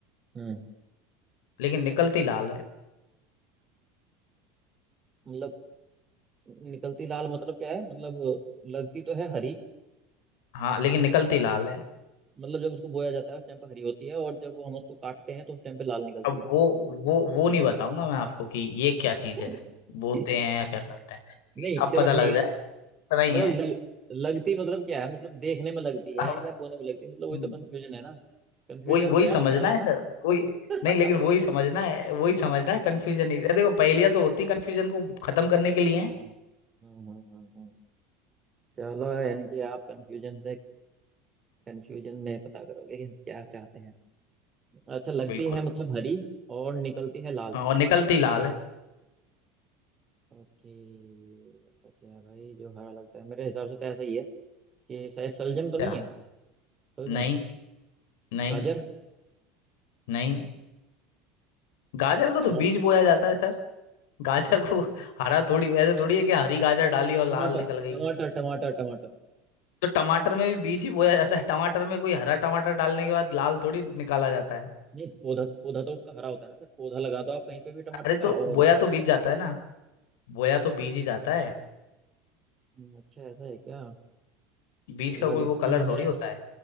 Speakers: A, on the right (about 30°); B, on the left (about 80°).
A: हम्म,
B: लेकिन निकलती लाल है
A: मतलब निकलती लाल मतलब क्या है मतलब लगती तो है हरी
B: हाँ लेकिन निकलती लाल है
A: मतलब जब उसको बोया जाता है उस टाइम पर हरी होती है और जब वो हम उसको काटते हैं तो उस टाइम पे लाल निकलती
B: अब
A: है
B: वो वो वो नहीं बताऊंगा मैं आपको कि ये क्या चीज
A: <laughs>
B: है बोते हैं या क्या करते हैं
A: नहीं
B: ये अब
A: चलो
B: पता
A: ठीक
B: लग जाए
A: है
B: इतना ही
A: मतलब
B: है
A: लग लगती मतलब क्या है मतलब देखने में लगती है
B: अब
A: या बोने में लगती है मतलब वही
B: हम्म,
A: तो कंफ्यूजन है ना कंफ्यूजन
B: वही वही
A: तो यार
B: समझना
A: भगाना
B: है सर वही
A: पड़ता
B: नहीं लेकिन वही
A: <laughs>
B: समझना है वही समझना है
A: अच्छा
B: कंफ्यूजन नहीं अरे देखो पहेलियां तो होती कंफ्यूजन को खत्म करने के लिए
A: हम्म,
B: हैं
A: हम्म, हम्म, हम्म। चलो यानी कि आप कंफ्यूजन से कंफ्यूजन में पता करोगे कि हम क्या चाहते हैं अच्छा लगती
B: बिल्कुल
A: है मतलब हरी और निकलती है लाल
B: हाँ, और निकलती लाल है
A: ओके ऐसा क्या है भाई जो हरा लगता है मेरे हिसाब से तो ऐसा ही है कि शायद सलजम तो नहीं
B: क्या
A: है सलजम
B: नहीं नहीं
A: गाजर
B: नहीं गाजर को
A: टमाटर
B: तो बीज बोया जाता है सर गाजर
A: अच्छा
B: को हरा थोड़ी ऐसे थोड़ी है कि हरी गाजर डाली और लाल
A: टमाटर
B: निकल गई
A: टमाटर टमाटर टमाटर
B: तो टमाटर में भी बीज ही बोया जाता है टमाटर में कोई हरा टमाटर डालने के बाद लाल थोड़ी निकाला जाता है
A: नहीं पौधा पौधा तो उसका हरा होता है ना सर पौधा लगा दो आप कहीं पे भी टमाटर
B: अरे तो
A: का और
B: बोया
A: फिर
B: तो बीज जाता है ना बोया तो बीज ही जाता है
A: हम्म, अच्छा ऐसा है क्या
B: बीज का
A: लगती
B: कोई वो कलर थोड़ी
A: है
B: होता है